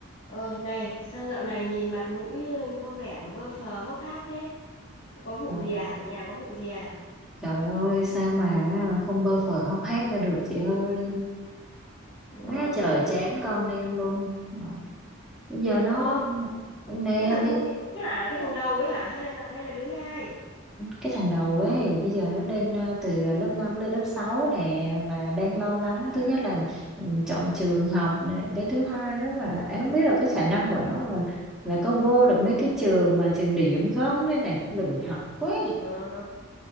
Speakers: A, on the left; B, in the centre.
A: Ờ này, sao dạo này nhìn mặt mũi ờ, có vẻ bơ phờ hốc hác thế? Có vụ
B: Đó.
A: gì à? Ở nhà có vụ gì à?
B: Trời ơi sao mà không bơ phờ hóc hác cho được chị ơi
A: Wow.
B: quá trời chán con em luôn Đó. bây giờ nó
A: Ô,
B: nè
A: cái thằng
B: bây
A: cu tí hả? Cái thằng đầu ấy hả? Hay là thằng hay là đứa thứ hai?
B: cái thằng đầu ấy bây giờ nó lên ờ, từ lớp 5 lên lớp 6 nè mà đang lo lắng
A: À,
B: thứ nhất là ừ, chọn trường học nè cái thứ hai đó mà em không biết là cái khả năng của nó là là có vô được mấy cái trường mà trường điểm không đây nè lười học quá
A: ờ.